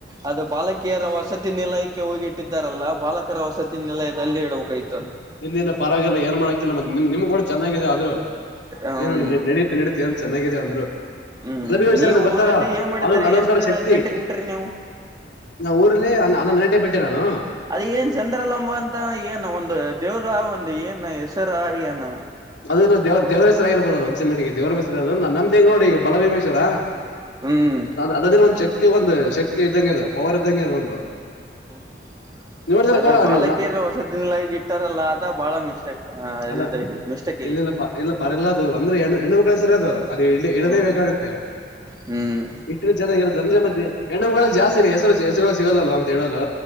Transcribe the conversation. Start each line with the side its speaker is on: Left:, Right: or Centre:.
Right: ಅದು ಬಾಲಕಿಯರ ವಸತಿ ನಿಲಯ. ಇಟ್ಟಿದ್ದಾರಲ್ಲ ಬಾಲಕರ ವಸತತಿನೆಲ್ಲಯದಲ್ಲಿ ಇಡಬೇಕಾಗಿತು....
Left: ಇಲ್ಲಿ ಇಲ್ಲ ಪರವಾಗಿಲ್ಲ. ಏನ್ ಮಾಡಕಿಲ್ಲ ನಿಮ್ ನಿಮ್ ಗೋಡ ಚೆನ್ನಾಗಿದೆ. ಆದ್ರರು
Right: ಹ್ಮ್
Left: ಏನು ನಡೀತು ನಡೀತ... ತೆಮ್ ಚನ್ನಾಗಿದೆ ಅಂದ್ರು..
Right: ಹ್ಮ್
Left: ಗಲಭೀ ವಿಷಾರ
Right: ನೀವು
Left: ಗೊತ್ತಾರ
Right: ಊರಲ್ಲಿ ಏನ್ ಮಾಡಿದ್ರಿ
Left: ಅದೊ ಅದೊಂಂತರ
Right: ಎಷ್ಟ್
Left: ಶಕ್ತಿ....
Right: ಗಂಟೆಗೆ ಬಿಟ್ರಿ ನೀವು
Left: ನಾ ಊರಲ್ಲಿ ಹನ್ನೊಂದು್ ಗಂಟೆಗೆ ಬಿಟ್ಟಿರನಾ
Right: ಅದ ಏನ್ ಚಂದ್ರಲಂಬ ಅಂತ ಏನು ಒಂದು ದೇವ್ರ ಒಂದು ಏನ್ ಹೆಸರಾ ಏನ್....
Left: ಅದ ಇಲ್ಲ ದೇವ್ ದೇವರೇಶ್ವರಗಿಬೋದು ಅ ಒಂದ್ಸಂಟಿಗೆ ದೇವರೇಶ್ವರ ಅ್ರ ನಂದ ಹ ಹೆಂಗ ನೋಡಿ ಈಗ ಬಲಭೀಮೇಶ್ವರ....
Right: ಹ್ಮ್
Left: ಅದಾದ್ರೆ ಒಂದು ಶಕ್ತಿ ಒಂದು ಶಕ್ತಿ ಇದ್ದಂಗೆ ಅದು ಪವರ್ ಇದ್ದಂಗೆ ಅದು ಒಂದು....
Right: <inaudible>
Left: ನೋಡಿದ್ರೆ
Right: ಅದ
Left: ಕೂಡ
Right: ಬಾಲಕಿಯರ
Left: ನೀವು
Right: ವಸತಿ ನಿಲಯಕ್ಕೆ ಇಟ್ಟಾರಲ್ಲ ಅದ ಬಾಳ ಮಿಸ್ಟೆಕ್ ಹ
Left: ಅದ
Right: ಇದಾಗಿತ್ತು. ಮಿಸ್ಟೇಕ್
Left: ಇಲ್ಲ
Right: ಐತಿ
Left: ಇಲ್ಲ ಪ ಇಲ್ಲ ಪರ ಇಲ್ಲ ಅದು ಅಂದ್ರೆ ಹೆಣ್ಣ ಹೆಣ್ಮ ಮಕ್ಳು ಹೆ ಸರ ಅದು.. ಅದು ಇಡ್ಲಿ ಇಡದೆ
Right: ಹ್ಮ್
Left: ಬೇಕಾಗತ್ತೆ.
Right: ಹ್ಮ್
Left: ಇಟ್ಟ್ರ ಚೆನ್ನಾಗಿ ಇರುತ್ತ ಅಂದ್ರೆ ಮತ್ತೆ ಹೆಣ್ಣುಗಳಲ್ಲಿ ಜಾಸ್ತಿಿನ ಹೆಸರು... ಹೆಸರು ಸಿಗಲ್ಲಲ್ವಾ ಮತ್ತೆ ಹೇಳಲ್ಲ